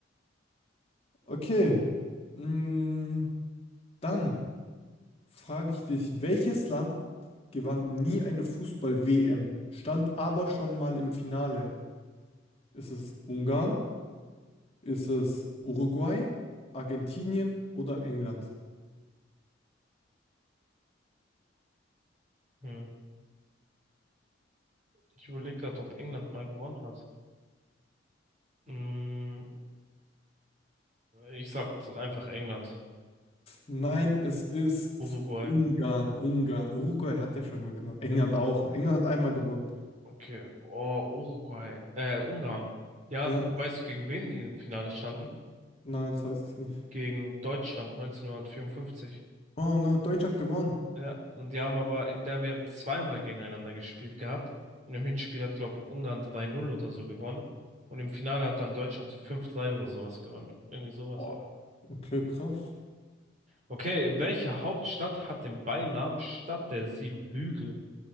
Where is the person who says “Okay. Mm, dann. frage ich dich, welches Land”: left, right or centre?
Left